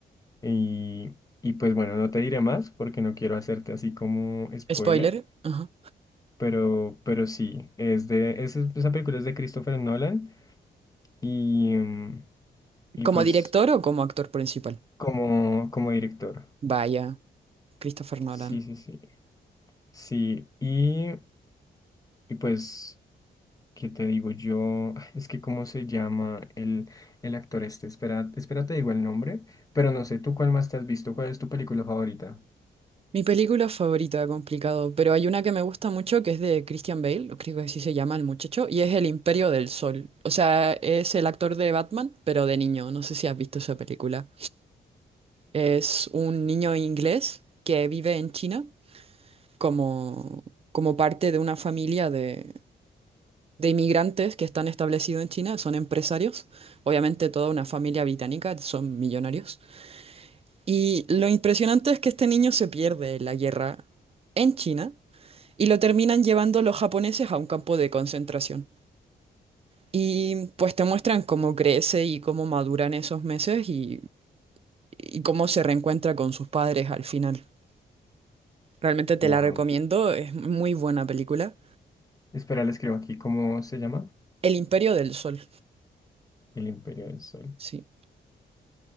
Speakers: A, on the left (about 20°); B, on the right (about 35°).
A: y, y pues bueno, no te diré más porque no quiero hacerte así como spoiler,
B: Spoiler. Ajá.
A: pero, pero sí, es de, es- esa película es de Christopher Nolan y, mm, y
B: ¿Como
A: pues
B: director o como actor principal?
A: como, como director.
B: Vaya, Christopher Nolan.
A: Sí, sí, sí. Sí, y, y pues, ¿qué te digo yo? <laughs> Es que, ¿cómo se llama el, el actor este? Espera, espera, te digo el nombre, pero no sé, ¿tú cuál más te has visto? ¿Cuál es tu película favorita?
B: Mi película favorita, complicado, pero hay una que me gusta mucho que es de Christian Bale, o creo que así se llama el muchacho, y es El Imperio del Sol. O sea, es el actor de Batman, pero de niño. No sé si has visto esa película. Es un niño inglés que vive en China como, como parte de una familia de, de inmigrantes que están establecidos en China, son empresarios. Obviamente toda una familia británica, son millonarios. Y lo impresionante es que este niño se pierde en la guerra en China y lo terminan llevando los japoneses a un campo de concentración. Y pues te muestran cómo crece y cómo maduran esos meses y, y cómo se reencuentra con sus padres al final. Realmente te
A: Wow.
B: la recomiendo, es muy buena película.
A: Espera, le escribo aquí, ¿cómo se llama?
B: El Imperio del Sol,
A: El Imperio del Sol.
B: sí.